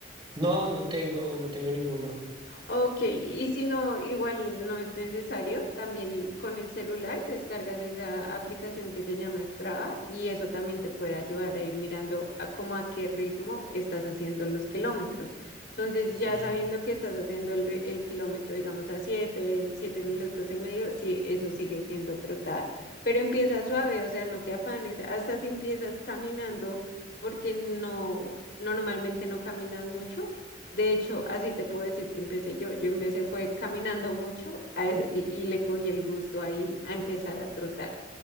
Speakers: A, on the right; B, on the left.
A: No, no tengo, no tengo ninguno.
B: Ok, y si no, igual no es necesario, también con el celular descargas esa aplicación que se llama Strava y eso también te puede ayudar a ir mirando a cómo a qué ritmo estás haciendo los kilómetros. Entonces,
A: Sí.
B: ya sabiendo que estás haciendo el, ri- el kilómetro, digamos, a siete, siete minutos y medio, sí, eso sigue siendo trotada, pero empieza suave, o sea, no te afanes, hasta si empiezas caminando, porque no, normalmente no caminas mucho de hecho, así te puedo decir que empecé yo. Yo empecé fue caminando mucho a eso, y, y le cogí el gusto ahí a empezar a trotar.